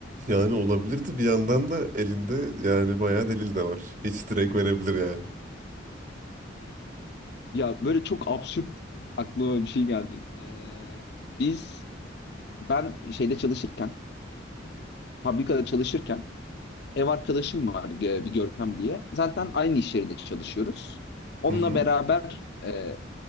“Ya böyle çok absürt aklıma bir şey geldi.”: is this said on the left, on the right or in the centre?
Left